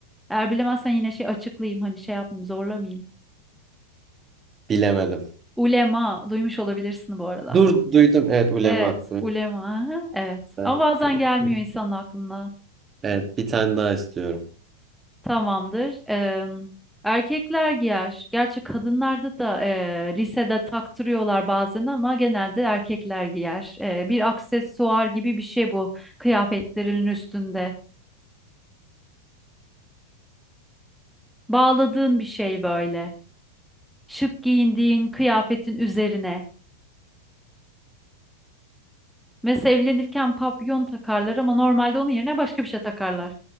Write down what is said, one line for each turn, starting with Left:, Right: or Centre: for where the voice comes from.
Centre: Eğer bilemezsen yine şey açıklayayım hani şey yapmayayım zorlamayayım.
Right: bilemedim.
Centre: Ulema duymuş olabilirsin bu arada.
Right: Dur, duydum. Evet, ulema.
Centre: Evet,
Right: Duydum.
Centre: ulema. aha, Evet.
Right: Evet,
Centre: Ama bazen
Right: duydum.
Centre: gelmiyor insanın aklına.
Right: Evet, bir tane daha istiyorum.
Centre: Tamamdır. Eee, erkekler giyer. Gerçi kadınlarda da eee, lisede taktırıyorlar bazen ama genelde erkekler giyer. Eee, bir aksesuar gibi bir şey bu kıyafetlerin üstünde. Bağladığın bir şey böyle. Şık giyindiğin kıyafetin üzerine. Mesela evlenirken papyon takarlar ama normalde onun yerine başka bir şey takarlar.